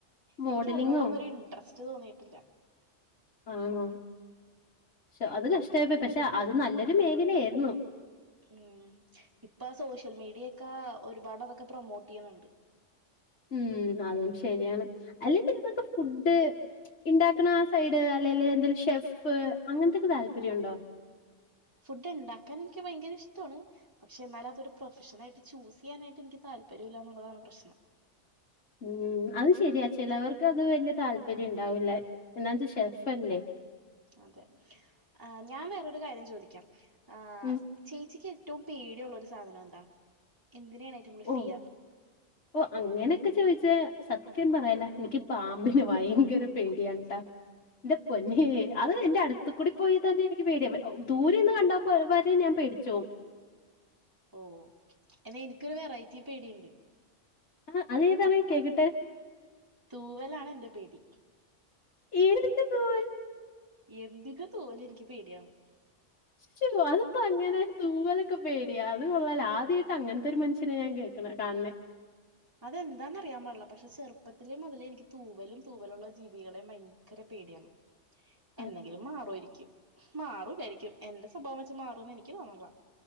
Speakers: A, on the left; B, on the right.
A: മോഡലിങ്ങോ
B: എനിക്ക് അതിനോടൊന്നും ഒരു ഇൻട്രസ്റ്റ് തോന്നിട്ടില്ല.
A: ആണോ? ശോ അത് കഷ്ടയി പക്ഷെ അത് നല്ലൊരു മേഖല ആയിരുന്നു.
B: ഉം ഇപ്പ സോഷ്യൽ മീഡിയൊക്ക ഒരുപാട് അതൊക്കെ പ്രൊമോട്ട് ചെയ്യ്ണിണ്ട്.
A: ഉം അതും ശരിയാണ് അല്ലെ പിന്നെ നിൻക്ക് ഫുഡ് ഇണ്ടാക്കണ ആ സൈഡ് അല്ലേല് എന്തെലും ഷെഫ് അങ്ങനത്തെക്കെ താല്പര്യം ഒണ്ടോ?
B: ഫുഡ് ഇണ്ടാക്കാൻ എനിക്ക് ഭയങ്കര ഇഷ്ട്ടോണ്. പക്ഷെ എന്നാല് അതൊരു പ്രൊഫഷൻ ആയിട്ട് ചൂസെയ്യാനായിട്ട് എനിക്ക് താല്പര്യം ഇല്ല എന്ന് ഉള്ളതാണ് പ്രശ്നം.
A: ഉം അത് ശരിയാ ചിലവർക്ക് അത് വലിയ താല്പര്യം ഉണ്ടാവില്ല എന്നാത് ഷെഫ് അല്ലെ?
B: അതെ ആഹ് ഞാൻ വേറൊരു കാര്യം ചോദിക്കാം ആഹ്
A: ഉം
B: ചേച്ചിക്ക് ഏറ്റോം പേടി ഒള്ള ഒരു സാധനം എന്താ എന്തിനാണ് ഏറ്റവും കൂടുതൽ
A: ഓ
B: ഫിയർ?
A: <inaudible> ഓ അങ്ങനൊക്കെ ചോയിച്ചാ സത്യം പറയാല എനിക്ക് പാമ്പിനെ ഭയങ്കര പേടിയാണ് ട്ടാ. ന്റെ പൊന്നേ അത് എന്റെ അടുത്തുകൂടി പോയി തന്നെ എനിക്ക് പേടിയ ദൂരെന്ന് കണ്ട ഒരു വരെ ഞാൻ പേടിചോവും.
B: ഓ എന്നാ എനിക്കൊരു വെറൈറ്റി പേടിയിണ്ട്
A: ആഹ് അത് ഏതാണ് കേക്കട്ടെ.
B: തൂവലാണ് എൻ്റെ പേടി.
A: ഏതിന്റെ തൂവൽ?
B: എന്തിന്റെ തൂവലും എനിക്ക് പേടിയാണ്.
A: ഉയ്യോ അതെന്താ അങ്ങനെ തൂവലൊക്കെ പേടിയാ അത് കൊള്ളാല ആദ്യായിട്ട അങ്ങനത്തെ ഒരു മനുഷ്യനെ ഞാൻ കേ ക്ക്ണ് കാണുണെ.
B: അതെന്താന്ന് അറിയാൻ പാടില്ല പക്ഷെ ചെറുപ്പത്തിലെ മുതലേ എനിക്ക് തൂവലും തൂവലുള്ള ജീവികളെയും ഭയങ്കര പേടിയാണ്.
A: <inaudible>
B: എന്നെങ്കിലും മാറുവായിരിക്കും മാറൂവിചാരിക്കും എന്റെ സ്വഭാവം വെച്ച് മാറൂന്ന് എനിക്ക് തോന്നണില്ല